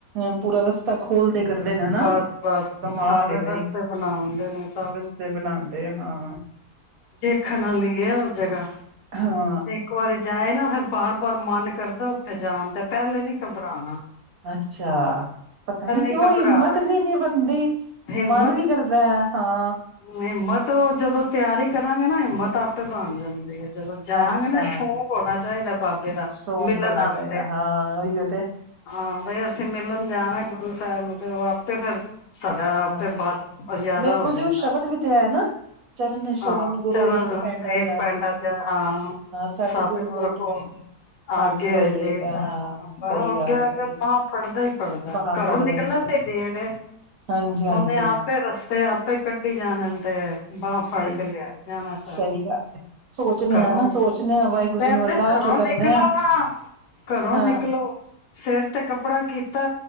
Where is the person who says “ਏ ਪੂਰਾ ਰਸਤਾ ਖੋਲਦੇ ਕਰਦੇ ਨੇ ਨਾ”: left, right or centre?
Right